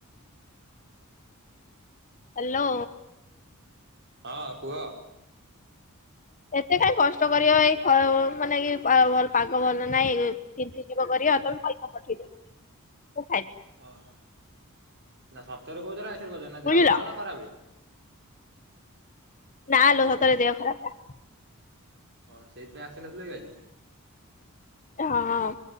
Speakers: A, on the left (about 35°); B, on the right (about 55°).
A: ହାଲୋ।
B: ହଁ କୁହ।
A: ଏତେ କାଇଁ କଷ୍ଟ କରିବ ଏଇ ଖ ମାନେ ଇଏ ପା ଭ ପାଗ ଭଲ ନାଇଁ ତିନ୍ତି ଯିବ କରିବ ତମେ ପଇସା ପଠେଇଦିଅ ଖାଇ।
B: ଓହୋ ନା ସତରେ କହୁଚ ନା। ମିଛ ରେ କହୁଛ ନା
A: ବୁଝିଲ
B: ଦେହ ଭଲ ନା ଖରାପେ।
A: ନା ଲୋ ସତରେ ଦେହ ଖରାପେ।
B: ଓ ସେଇଥିପାଇଁ ଆସିନଥିଲେ କି ଆଜି।
A: ହଁ